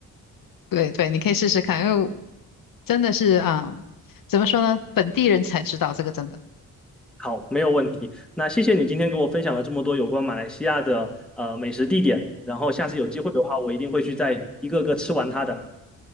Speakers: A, on the left; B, in the centre.
A: 对对，你可以试试看，因为真的是啊，怎么说呢，本地人才知道这个真的。
B: 好，没有问题。那谢谢你今天给我分享了这么多有关马来西亚的呃美食地点，然后下次有机会的话，我一定会去再一个个吃完它的。